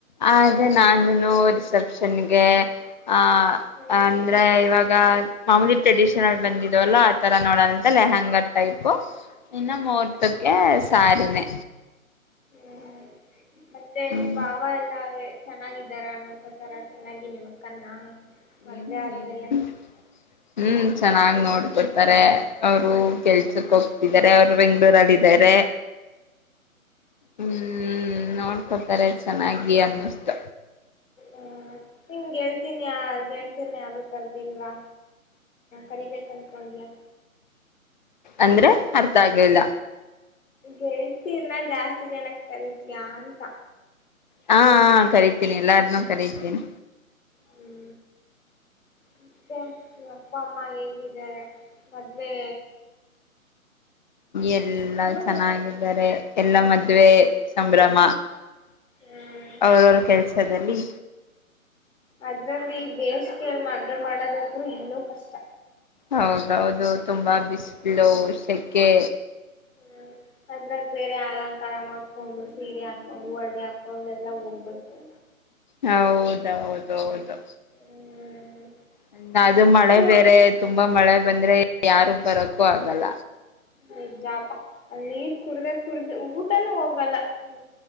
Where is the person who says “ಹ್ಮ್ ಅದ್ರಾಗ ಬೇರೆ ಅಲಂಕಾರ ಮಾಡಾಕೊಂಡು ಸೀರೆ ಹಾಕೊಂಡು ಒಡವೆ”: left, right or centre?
Left